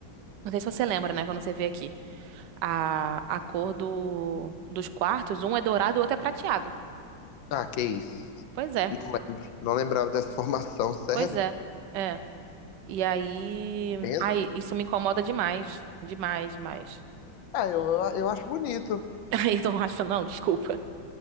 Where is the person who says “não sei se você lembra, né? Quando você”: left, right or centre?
Right